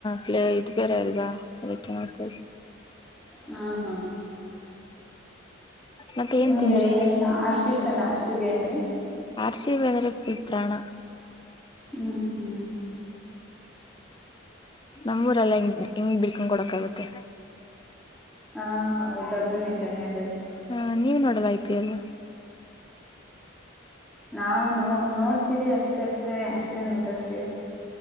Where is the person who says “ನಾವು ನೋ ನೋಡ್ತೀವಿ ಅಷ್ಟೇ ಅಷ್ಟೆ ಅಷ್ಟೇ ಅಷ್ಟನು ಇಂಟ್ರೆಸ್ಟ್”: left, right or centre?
Centre